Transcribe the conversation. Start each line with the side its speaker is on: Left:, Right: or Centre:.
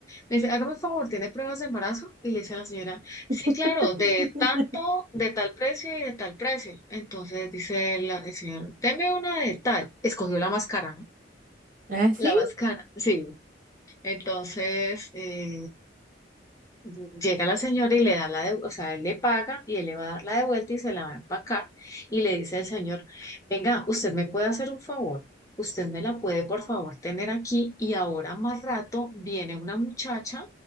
Left: dice, hágame un favor, ¿tiene pruebas de embarazo? Y le dice a la señora, sí,
Right: <laughs>
Left: claro, de tanto, de tal precio y de tal precio. Entonces dice la, el señor, deme una de tal. Escogió la máscara, ¿no?
Right: ¿Ah, sí?
Left: La máscara, sí. Entonces, eh, Llega la señora y le da la de, o sea, él le paga y él le va a dar la de vuelta y se la va a empacar y le dice al señor, venga, usted me puede hacer un favor, usted me la puede por favor tener aquí y ahora más rato viene una muchacha